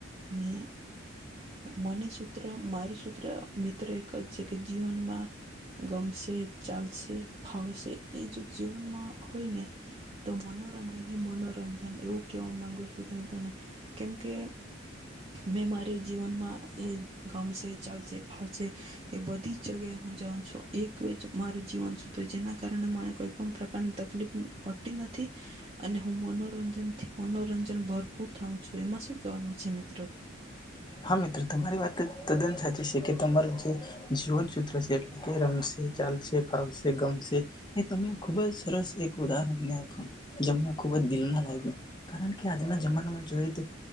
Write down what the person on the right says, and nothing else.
અને મને સૂત્ર મારું સૂત્ર મિત્ર એક જ છે કે જીવનમાં ગમશે ચાલશે ફાવશે એ જો જીવનમાં હોય ને તો મનોરંજન હ મનોરંજન એવું કેવા માંગુ છું ત તને કેમ કે મેં મારી જીવનમાં એ ગમશે ચાલશે એ બધી જ જગ્યાએ હું જાઉં છું એક જ મારું જીવન સુું તો જેના કારણે મને કોઈ પણ પ્રકારની તકલીફ પતી નથી અને હું મનોરંજનથી મનોરંજન ભરપૂર થઉં છું એમાં શું કેવાનું છે મિત્ર